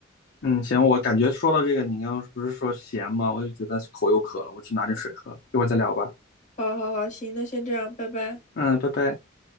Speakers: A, on the left; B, on the left.
A: 嗯，行，我感觉说到这个，你刚刚不是说咸吗？我就觉得口又渴了，我去拿点水喝，一会儿再聊吧。
B: 好好好，行，那先这样，拜拜。
A: 嗯，拜拜。